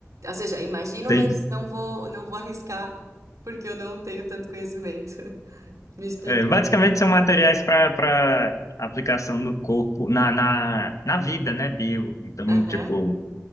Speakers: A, on the right; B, on the left.
A: Ou seja, imagino,
B: Tem,
A: mas não vou, não vou arriscar, porque eu não tenho tanto conhecimento. <laughs> Me explica.
B: é, basicamente são materiais para para aplicação no corpo, na, na, na vida, né, bio. Então,
A: Aham,
B: tipo,